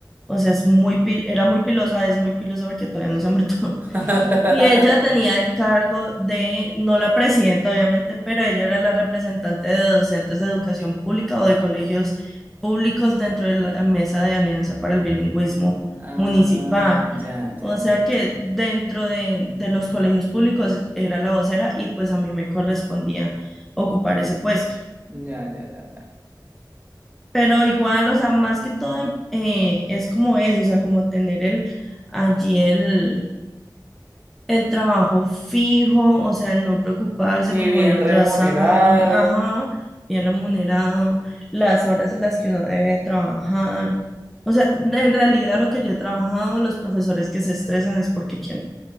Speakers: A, in the centre; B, on the right.
A: o sea, es muy, pi- era muy pilosa, es muy pilosa porque todavía no se ha muerto. <laughs>
B: <laughs>
A: Y ella tenía el cargo de, no la presidenta obviamente, pero ella era la representante de docentes de educación pública o de colegios públicos dentro de la mesa de Alianza para el Bilingüismo
B: Ah,
A: Municipal.
B: ya, ya,
A: O sea
B: ya,
A: que
B: ya.
A: dentro de, de los colegios públicos era la vocera y pues a mí me correspondía ocupar ese puesto.
B: Ya, ya, ya, ya.
A: Pero igual, o sea, más que todo eh, es como eso, o sea, como tener el, allí el, el trabajo fijo, o sea, el no preocuparse
B: Y
A: como
B: bien
A: año
B: remunerado.
A: tras año, ajá, bien remunerado, las horas en las que uno debe trabajar. O sea, de- en realidad lo que yo he trabajado, los profesores que se estresan es porque quieren.